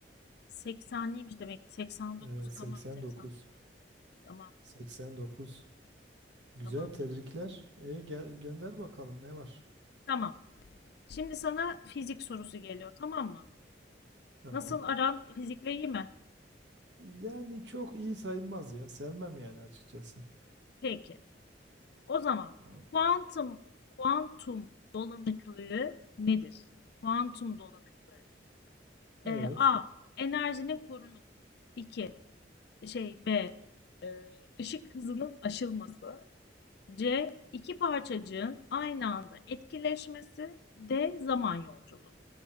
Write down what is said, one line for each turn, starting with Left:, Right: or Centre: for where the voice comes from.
Left: 80'liymiş demek. 89
Right: Evet 89.
Left: tamam 89 tamam
Right: 89. Güzel
Left: tamamdır.
Right: tebrikler. E, gel, gönder bakalım ne var?
Left: Tamam. Şimdi sana fizik sorusu geliyor tamam mı?
Right: Tamam.
Left: Nasıl aran fizikle iyi mi?
Right: Yani çok iyi sayılmaz ya. Sevmem yani açıkçası.
Left: Peki. O zaman
Right: Tamam.
Left: kuantum kuantum dolanıklığı nedir? Kuantum dolanıklığı.
Right: Evet.
Left: Ee, A. Enerjinin korunumu. 2. Şey B. Işık hızının aşılması. C. İki parçacığın aynı anda etkileşmesi. D. Zaman yolculuğu.